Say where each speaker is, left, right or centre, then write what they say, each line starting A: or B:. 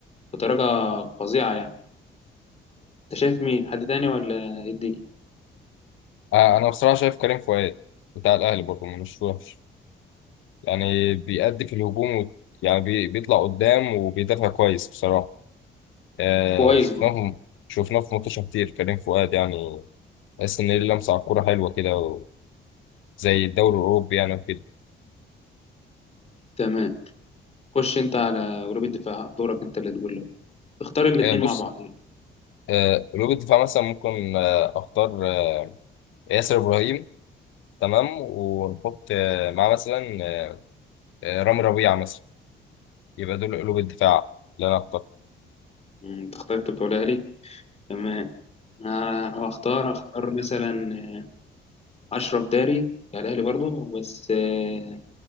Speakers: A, on the left; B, on the left.
A: بطريقه فظيعه يعني انت شايف مين حد تاني ولا إيه الدنيا
B: آه انا بصراحه شايف كريم فؤاد بتاع الاهلي برضه مش وحش يعني بيأدي في الهجوم و... يعني بي... بيطلع قدام وبيدافع كويس بصراحه آه
A: كويس
B: شفناه في... شفناه في ماتشات كتير كريم فؤاد يعني تحس ان ليه لمسه على الكوره حلوه كده و... زي الدوري الاوروبي يعني وكده
A: تمام خش انت على جروب الدفاع دورك انت اللي تقول له اختار الاثنين
B: آه بص
A: مع بعض
B: آه قلوب الدفاع مثلا ممكن آه اختار آه، ياسر ابراهيم تمام ونحط آه، معاه مثلا آه، آه، رامي ربيعه مثلا يبقى دول قلوب الدفاع اللي انا اخترت
A: مم. تختار انت بتقولها لي تمام آه هختار هختار مثلا آه، اشرف داري بتاع الاهلي برضه بس آه